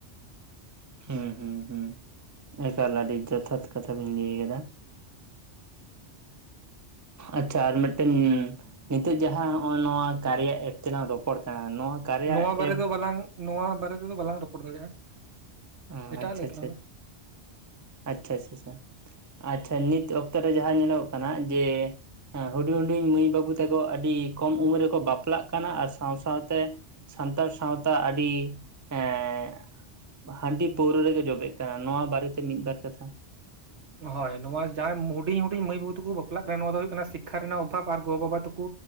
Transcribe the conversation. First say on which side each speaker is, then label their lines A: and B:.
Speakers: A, on the right (about 20°); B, on the right (about 75°).
A: ᱦᱩᱸ ᱦᱩᱸ ᱦᱩᱸ ᱮᱠᱟᱞ ᱟᱹᱰᱤ ᱡᱚᱛᱷᱟᱛ ᱠᱟᱛᱷᱟ ᱵᱤᱱ ᱞᱟᱹᱭ ᱠᱟᱫᱟ ᱟᱪᱪᱷᱟ ᱟᱨ ᱢᱤᱫᱴᱮᱱ ᱱᱤᱛᱚᱜ ᱡᱟᱦᱟᱸ ᱱᱚᱜᱼᱚᱭ ᱱᱚᱣᱟ ᱠᱟᱨᱮᱭᱟ ᱮᱯ ᱛᱮᱞᱟᱟᱝ ᱨᱚᱯᱚᱲ ᱠᱟᱱᱟ ᱱᱚᱣᱟ ᱠᱟᱨᱭᱟ
B: ᱱᱚᱣᱟ ᱵᱟᱨᱮ
A: ᱮᱯ
B: ᱫᱚ ᱵᱟᱞᱟᱝ ᱱᱚᱣᱟ ᱵᱟᱨᱮ ᱛᱮᱫᱚ ᱵᱟᱞᱟᱝ ᱨᱚᱯᱚᱲ ᱫᱟᱲᱮᱭᱟᱜᱼᱟ
A: ᱚ
B: ᱮᱴᱟᱜ
A: ᱟᱪᱷᱟ
B: ᱞᱟᱹᱭ
A: ᱟᱪᱷᱟᱷᱟ
B: ᱛᱟᱞᱟᱝ ᱢᱮ
A: ᱟᱪᱪᱷᱟ ᱟᱪᱪᱷᱟ ᱪᱷᱟ ᱟᱪᱪᱷᱟ ᱱᱤᱛ ᱚᱠᱛᱚᱮ ᱡᱟᱦᱟᱸ ᱧᱮᱞᱚᱜ ᱠᱟᱱᱟ ᱡᱮ ᱦᱮᱸ ᱦᱩᱰᱤᱧ ᱦᱩᱰᱤᱧ ᱢᱟᱹᱭ-ᱵᱟᱹᱵᱩ ᱛᱟᱠᱚ ᱟᱹᱰᱤ ᱠᱚᱢ ᱩᱢᱮᱨ ᱨᱮᱠᱚ ᱵᱟᱯᱞᱟᱜ ᱠᱟᱱᱟ ᱟᱨ ᱥᱟᱶ-ᱥᱟᱶᱛᱮ ᱥᱟᱱᱛᱟᱲ ᱥᱟᱶᱛᱟ ᱟᱹᱰᱤ ᱮᱸ ᱦᱟᱺᱰᱤ ᱯᱟᱹᱣᱨᱟᱹ ᱨᱮᱜᱮ ᱡᱚᱵᱮᱜ ᱠᱟᱱᱟ ᱱᱚᱣᱟ ᱵᱟᱨᱮ ᱛᱮ ᱢᱤᱫ-ᱵᱟᱨ ᱠᱟᱛᱷᱟ
B: ᱦᱳᱭ, ᱱᱚᱣᱟ ᱡᱟᱦᱟᱸᱭ ᱦᱩᱰᱤᱧ ᱦᱩᱰᱤᱧ ᱢᱟᱹᱭ-ᱵᱟᱹᱵᱩ ᱛᱩᱠᱩ ᱵᱟᱯᱞᱟᱜ ᱠᱟᱱᱟ, ᱱᱚᱣᱟ ᱫᱚ ᱦᱩᱭᱩᱜᱳᱭ ᱠᱟᱱᱟ ᱥᱤᱠᱷᱟ ᱨᱮᱱᱟᱜ ᱚᱵᱷᱟᱵᱽ ᱟᱨ ᱜᱚ-ᱵᱟᱵᱟ ᱛᱟᱠᱩ